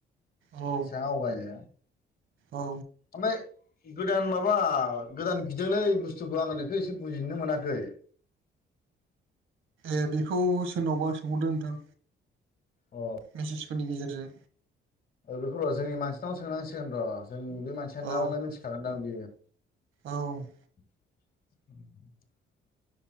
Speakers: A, on the right; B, on the left.
A: औ
B: बेसेबां आवगायो।
A: औ
B: ओमफ्राय गोदान माबा गोदान बिदोंलै बुस्थुखौ आं बेखौ एसे बुजिनो मोनाखै। <inaudible>
A: ए बेखौ सोरनावबा सोंहरदों नोंथां।
B: ओ
A: मेसेजफोरनि गेजेरजों
B: बेखौ र' जोंनि मानसिनाव सोंनांसिगोन र' जोंनि बे मानसियानो
A: औ
B: नानो मिथिखागोनदां बियो
A: औ
B: <inaudible>